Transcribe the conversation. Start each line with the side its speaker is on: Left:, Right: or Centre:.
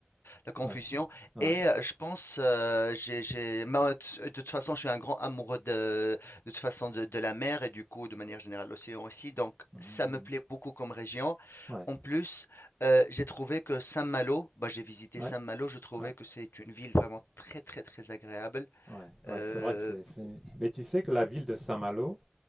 Left: la confusion.
Centre: ouais, ouais.
Left: Et euh, je pense, euh, j'ai, j'ai, moi, t- de toute façon, je suis un grand amoureux de, de toute façon de, de la mer et du coup, de manière générale, l'océan aussi. Donc,
Centre: Mhm,
Left: ça
Centre: mhm.
Left: me plaît beaucoup comme région.
Centre: Ouais,
Left: En plus, euh, j'ai trouvé que Saint-Malo, bah, j'ai visité
Centre: ouais,
Left: Saint-Malo, je trouvais
Centre: ouais,
Left: que c'est une ville vraiment très, très, très agréable.
Centre: ouais, ouais.
Left: Euh,
Centre: C'est vrai que c'est. c'est- Mais tu sais que la ville de Saint-Malo,